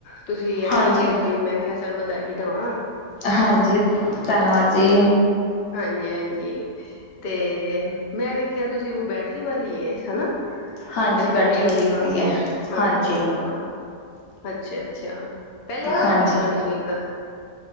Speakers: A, on the left; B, on the left.
A: ਤੁਸੀਂ ਐਕਟਿਵਾ
B: ਹਾਂਜੀ
A: ਲਿਤੀ ਮੈਂ ਕਿਹਾ ਚੱਲ ਵਧਾਈ ਦਵਾਂ।
B: ਹਾਂਜੀ, ਧੰਨਵਾਦ ਜੀ।
A: ਹਾਂਜੀ-ਹਾਂਜੀ ਤੇ ਮੈਂ ਵੇਖਿਆ ਤੁਸੀਂ ਉਹ ਬੈਟਰੀ ਵਾਲੀ ਏ ਹਨਾ।
B: ਹਾਂਜੀ
A: ਤੁਹਾਡੀ
B: ਬੈਟਰੀ
A: ਐਕਟੀਵਾ,
B: ਵਾਲੀ ਲਿੱਤੀ ਹੈ
A: ਹਾਂ-ਹਾਂ
B: ਹਾਂਜੀ
A: ਅੱਛਾ ਅੱਛਾ ਪਹਿਲੇ ਵੀ
B: ਹਾਂਜੀ,
A: ਹੈਗੀ ਤੁਹਾਡੇ ਕੋਲ ਇੱਕ